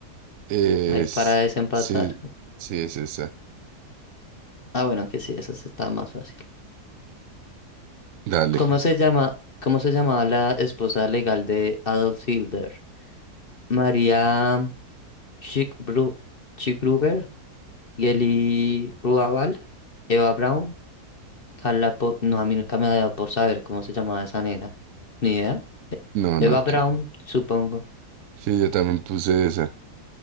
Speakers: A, on the right (about 65°); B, on the left (about 40°).
A: Es...
B: Ahí para desempatar.
A: Sí, sí, es esa.
B: Ah, bueno, que sí, esa sí está más fácil.
A: Dale.
B: ¿Cómo se llama, cómo se llamaba la esposa legal de Adolf Hitler? María Schickbru- Schickgruber, Geli Ruabal, Eva Braun, Carla Po- No, a mí nunca me ha dado por saber cómo se llamaba esa nena. Ni idea. E-
A: No,
B: Eva
A: no,
B: Braun,
A: que...
B: supongo.
A: Sí, yo también puse esa.